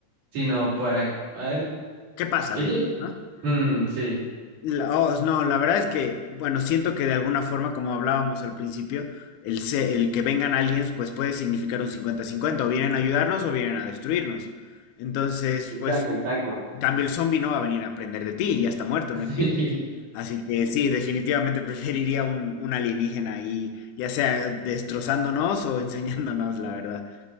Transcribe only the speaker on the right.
sino para, a ver,
que
lleguen.
Mm, sí.
Exacto,
exacto.
<laughs>
Sí.